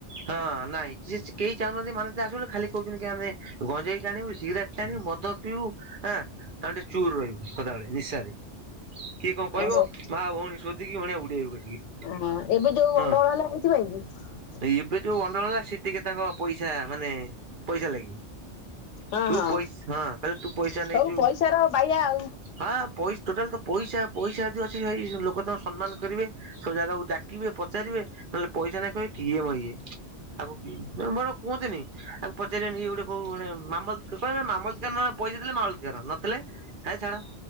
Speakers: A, on the right; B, on the left.
A: ହଁ ନାଇଁ କିଛି କେହି ଚାହୁଁନାହାନ୍ତି ମାନଚିତ୍ରରେ ଆସୁ ବୋଲି ଖାଲି କହୁଛନ୍ତି କି ଆମେ ଗଞ୍ଜେଇ ଟାଣିବୁ ସିଗରେଟ ଟାଣିବୁ ମଦ ପିଇବୁ ହଁ। ଆଣ୍ଡ ଚୁର ରହିବୁ ସଦାବେଳେ ନିଶାରେ। କିଏ କଣ କହିବ
B: ଆଉ
A: ମା ଭଉଣୀ ଶୋଧିକି ଭଉଣିଆ ଉଡେଇବେ କସିକି।
B: ହଁ ଏବେ ଯୋଉ ଗଣ୍ଡଗୋଳ
A: ହଁ
B: <unintelligible>
A: ଏବେ ଯୋଉ ଗଣ୍ଡୋଗୋଳ ହେଲା ସେ ଟିକେ ତାଙ୍କ ପଇସା ମାନେ ପଇସା ଲାଗି।
B: ହଁ
A: ତୁ
B: ହଁ।
A: ପଇସା ହଁ କହିଲେ ତୁ ପଇସା
B: ସବୁ
A: ନେଇଛୁ
B: ପଇସାର ବାୟା ଆଉ।
A: ହଁ ପଇସା ଟୋଟାଲ ତ। ପଇସା ପଇସା ଯଦି ସେ ଏଇ ଲୋକ ତାଙ୍କୁ ସମ୍ମାନ କରିବେ ସବୁ ଜାଗାକୁ ଡାକିବେ ପଚାରିବେ ନହେଲେ ପଇସା ନାଇଁ କହି କିଏ ମ ଇଏ? ଆକୁ ମୋର କୁହନ୍ତିନି ଆକୁ ପଚାରିଲେନି ଗୋଟେ କଉ ଗୋଟେ ମାମଲତ କହିବେ ମାମଲତିଆନା ପଇସା ଦେଲେ ମାମଲ୍ ତ କାର ନଥିଲେ ହେଁ ଛାଡ।